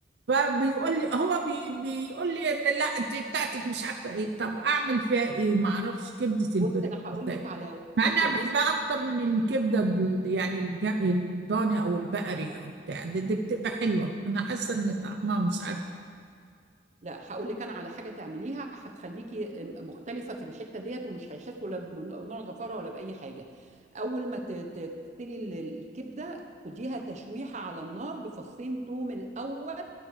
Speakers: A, on the right; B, on the right.
A: فبيقول لي هو بي بيقول لي ان لا انت بتاعتك مش عارفه ايه طب اعمل فيها ايه ما اعرفش كبده الفراخ
B: بص انا هقول
A: بالذات
B: لك على وصفه
A: مع ان
B: كويسه
A: انا بحبها اكتر من الكبده ال- يعني الج- الضاني او البقري او بتاع دي, دي بتبقى حلوه انا حاسه ان طعمها مش عارفه
B: لأ، هاقول لِك أنا على حاجة تعمليها هتخلّيكِ آمم، مختلفة في الحتّة ديّة ومش هيحسّوا لا بنوع زفارة ولا بأي حاجة، أول ما ت ت تغسلي ال الكبدة خديها تشويحة على النار بفصّين توم الأول